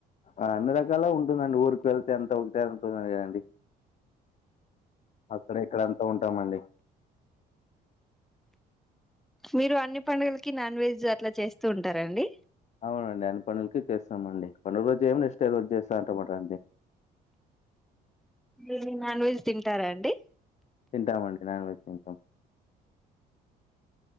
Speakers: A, on the left; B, in the centre.
A: అన్ని రకాల ఉంటుందండి. ఊరికు వెళ్తే అంతా ఒకటే <inaudible> అండి అక్కడ ఇక్కడం ఉంటామండి
B: మీరు అన్ని పండగల్కి నాన్ వెజ్ అట్లా చేస్తూ ఉంటారండి
A: అవునండి అన్ని పండుగలకి చేస్తామండి పండుగ రోజు <inaudible> రోజు చేస్తా అంటమాట అండి
B: మీరు నాన్ వెజ్ తింటారా అండి
A: తింటామండి నాన్ వెజ్ తింటాం